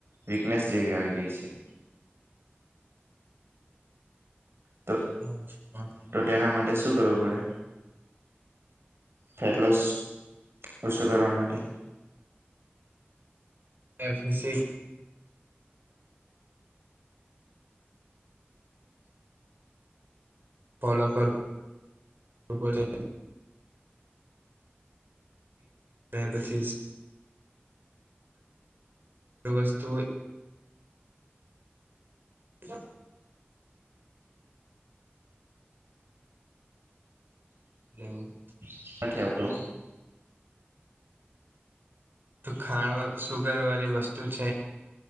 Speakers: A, on the right; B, on the right.
A: વીકનેસ જેવી આવી ગઈ છે તો
B: હમ
A: તો તેના માટે શું કરવું પડે? ફેટ લોસ ઓછો કરવા માટે
B: એક્સરસાઇઝ ફોલો કર તો બે પચીસ વસ્તુ હોય હાલો હલો
A: અવાજ નથી આવતો
B: તો ખાંડ સુગર વાળી વસ્તુ છે